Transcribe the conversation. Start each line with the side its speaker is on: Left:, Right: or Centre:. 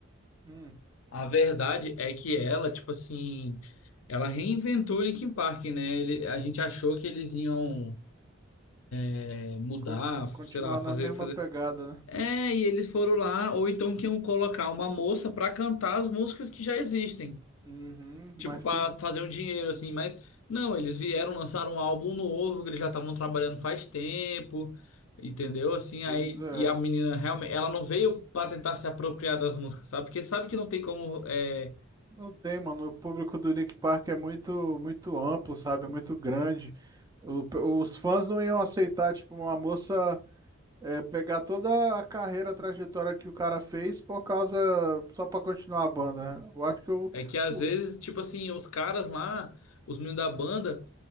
Right: hum,
Left: a verdade é que ela, tipo assim, ela reinventou o Linkin Park, né? Ele, a gente achou que eles iam é, mudar,
Right: co-
Left: sei
Right: continuar
Left: lá,
Right: na
Left: fazer,
Right: mesma
Left: fazer.
Right: pegada, né?
Left: É, e eles foram lá, ou então que iam colocar uma moça pra cantar as músicas que já existem.
Right: Uhum, mas
Left: tipo, pra
Right: fez.
Left: fazer um dinheiro, assim, mas não, eles vieram lançar um álbum novo que eles já estavam trabalhando faz tempo, entendeu? Assim,
Right: Pois
Left: aí,
Right: é.
Left: e a menina realmente, ela não veio pra tentar se apropriar das músicas, sabe? Porque sabe que não tem como, é,
Right: Não tem, mano. O público do Link Park é muito, muito amplo, sabe? É muito grande. O pe- os fãs não iam aceitar, tipo, uma moça é, pegar toda a carreira, a trajetória que o cara fez por causa só pra continuar a banda. Eu acho que eu,
Left: é que às
Right: o-
Left: vezes, tipo assim, os caras lá, os meninos da banda,